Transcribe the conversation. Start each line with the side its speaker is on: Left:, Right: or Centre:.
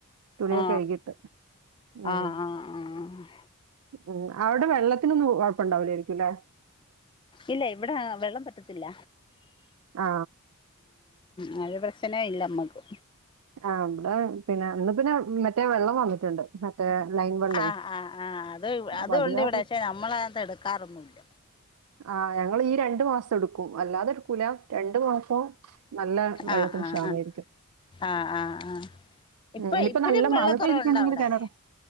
Right: തുണിയൊക്കെ
Left: ആ
Right: കഴുകിട്ട് ഉം
Left: ആ ആ ആ ആ
Right: ഉം അവിടെ വെള്ളത്തിനൊന്നും കുഴപ്പണ്ടാവൂലാരിക്കും ല്ലേ?
Left: ഇല്ല ഇവിടെ വെള്ളം പറ്റത്തില്ല.
Right: ആ
Left: ആ ഒരു പ്രശ്ന ഇല്ല മ്മക്ക്.
Right: ആ ഇവിടെ പിന്നെ ഇന്ന് പിന്നെ മറ്റേ വെള്ളം വന്നിട്ടുണ്ട്. മറ്റേ ലൈൻ വെള്ളേ.
Left: ആഹ് ആഹ് ആഹ് അത്
Right: അപ്പൊ
Left: അതും
Right: അത്
Left: ഉണ്ട്
Right: കാര്
Left: ഇവിടെ പക്ഷെ നമ്മളത് എടുക്കാറൊന്നുമില്ല
Right: ആഹ് ഞങ്ങള് ഈ രണ്ടു മാസം എടുക്കും. അല്ലാതെ എടുക്കൂല. രണ്ടു മാസം നല്ല വെള്ളത്തിന്
Left: ആഹ് ആഹ്
Right: ക്ഷാമേരിക്കും.
Left: ആഹ് ആഹ് ആഹ് ആഹ് ഇപ്പൊ
Right: ഇനിയിപ്പോ
Left: ഇപ്പഴും
Right: നല്ല
Left: വെള്ളക്കുറവുണ്ടോ
Right: മഴ പെയ്തിട്ടുണ്ടെങ്കിൽ
Left: അവിടെ
Right: കെണറും